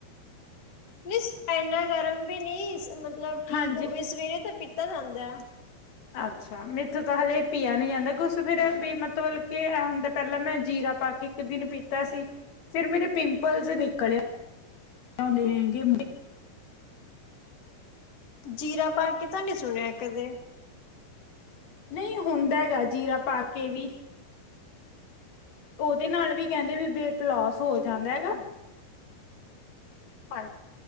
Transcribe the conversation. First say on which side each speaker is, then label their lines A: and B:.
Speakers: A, on the left; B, on the left.
A: ਨਹੀਂ ਇਨਾ ਗਰਮ ਵੀ ਨਹੀਂ, ਮਤਲਬ ਠੀਕ
B: ਹਾਂਜੀ
A: ਹੋਵੇ ਸਵੇਰੇ ਤਾਂ ਪੀਤਾ ਜਾਂਦਾ।
B: ਅੱਛਾ ਮੇਥੋ ਤਾਂ ਹਲੇੇ ਪੀਆ ਨੀ ਜਾਂਦਾ। ਕੁੁਛ ਸਵੇਰੇ ਫੇਰ ਵੀ ਮਤਲਬ ਕੇ ਇਹ ਹੁੰਦਾ। ਪਹਿਲਾਂ ਮੈਂ ਜੀਰਾ ਪਾ ਕੇ ਇੱਕ ਦਿਨ ਪੀ ਤਾ ਸੀ, ਫੇਰ ਮੇਰੇ ਪਿੰਪਲਸ ਨਿਕਲਿਆ ਆਉਂਦੇ ਹੇਗੇ।
A: ਜੀਰਾ ਪਾ ਕੇ ਤਾਂ, ਨੀ ਸੁਣਿਆ ਕਦੇ
B: ਨਈ ਹੁੰਦਾ ਹੈਗਾ, ਜੀਰਾ ਪਾ ਕੇ ਵੀ ਉਦੇ ਨਾਲ ਵੀ ਕੇਂਦੇ ਵੀ ਬੇਟ ਲੋਸ ਹੋ ਜਾਂਦਾ
A: ਠੀਕ ਏ।
B: ਪਰ,